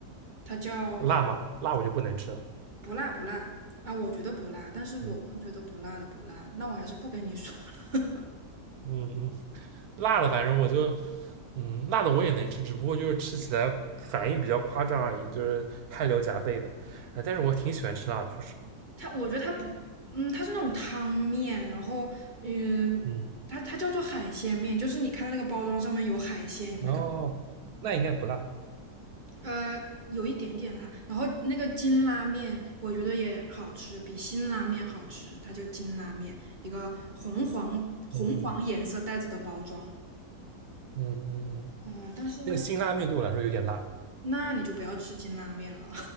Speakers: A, on the right; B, on the right.
A: 它叫
B: 辣吗？辣我就不能吃了。
A: 不辣不辣啊，我觉得不辣，但是我们觉得不辣的不辣，
B: 嗯
A: 那我还是不跟你说了。<laughs>
B: 嗯嗯，辣的反正我就嗯辣的我也能吃，只不过就是吃起来反应比较夸张而已，就是汗流浃背的。哎，但是我挺喜欢吃辣的，说实话。
A: 它，我觉得它不，嗯，它是那种汤面，然后，嗯、
B: 嗯，
A: 它它叫做海鲜面，就是你看到那个包装上面有海鲜，有那个，
B: 然后那应该不辣。
A: 呃，有一点点辣，然后那个金拉面，我觉得也好吃，比辛拉面好吃，它叫金拉面，一个红黄红黄颜色袋子的包装，
B: 嗯嗯嗯嗯嗯，
A: 呃，但是
B: 那个辛拉面对我来说有点辣。
A: 那你就不要吃金拉面了。